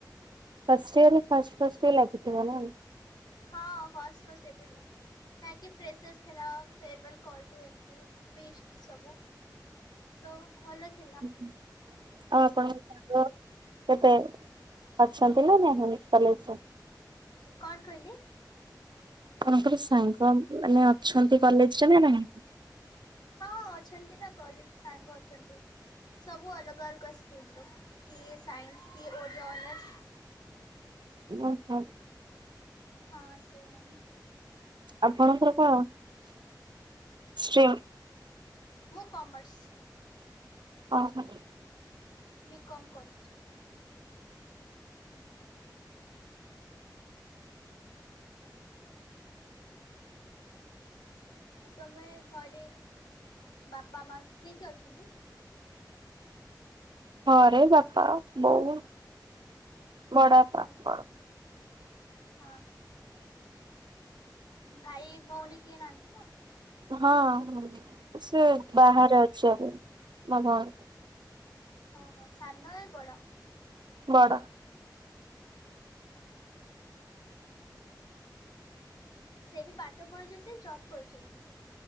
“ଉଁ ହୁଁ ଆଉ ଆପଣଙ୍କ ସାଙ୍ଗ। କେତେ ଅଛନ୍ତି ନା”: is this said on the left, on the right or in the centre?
Right